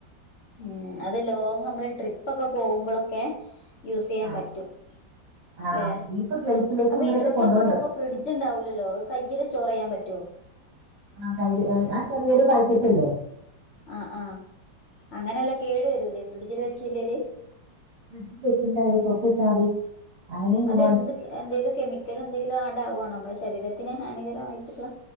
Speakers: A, on the left; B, on the right.
A: ഉം അത് ലോങ് നമ്മള് ട്രിപ്പൊക്കെ പോകുമ്പോള്ളെക്കെ.. യൂസ് ചെയ്യാൻ
B: ആ
A: പറ്റും
B: ആ
A: അല്ലെ
B: ഇപ്പൊ ഗൾഫിലേക്ക്
A: അപ്പൊ
B: കൊണ്ടവരൊക്കെ
A: ഈ ട്രിപ്പൊക്കെ
B: കൊണ്ടോണ്ട്
A: പോകുമ്പോ.. ഫ്രിഡ്ജ്ണ്ടാവില്ലല്ലോ അത് കയ്യിൽ സ്റ്റോർ ചെയ്യാൻ പറ്റോ
B: ആ കയ് ആ ചെറിയൊരു പഴുത്തിട്ടില്ലേ
A: ആ ആ അങ്ങനെല്ലാ കേടു വരൂലേ ഫ്രിഡ്ജില് വെച്ചില്ലേല്
B: ഫ്രിഡ്ജില് വച്ചിണ്ടായില് പുറത്ത് വച്ചാ മതി അങ്ങനെയും ഗുണമുണ്ട്
A: അതെന്ത് എന്തേലും കെമിക്കല് എന്തേലും ആഡാകുവാണോ ആകോ നമ്മളുടെ ശരീരത്തിന് ഹാനികരമായിട്ടുള്ള